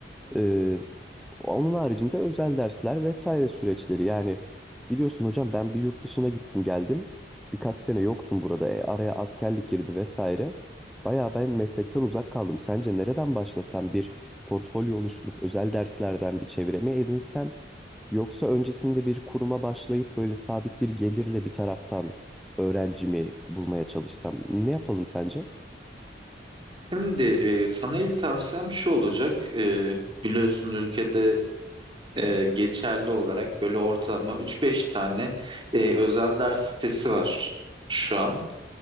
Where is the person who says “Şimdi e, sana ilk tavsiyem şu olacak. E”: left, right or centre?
Right